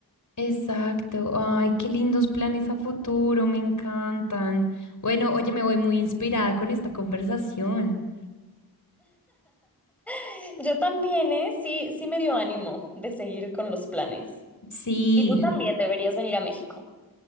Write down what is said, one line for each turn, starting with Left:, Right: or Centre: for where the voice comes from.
Left: Exacto. Ay, qué lindos planes a futuro, me encantan. Bueno, oye, me voy muy inspirada con esta conversación.
Centre: <laughs> Yo también, ¿eh? Sí, sí me dio ánimo de seguir con los planes.
Left: Sí,
Centre: Y tú también deberías venir a México.